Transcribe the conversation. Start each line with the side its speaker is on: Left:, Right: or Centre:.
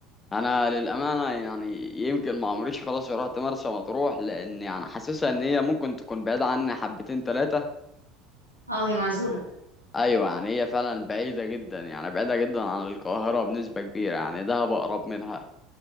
Left: انا للأمانة يعني يمكن ما عمريش خلاص رحت مرسى مطروح لان يعني حاسسها ان هي ممكن تكون بعيدة عني حبتين تلاتة
Right: اه هي معزوله
Left: ايوه يعني هي فعلا بعيدة جدا يعني بعيدة جدا عن القاهرة بنسبة كبيرة يعني دهب أقرب منها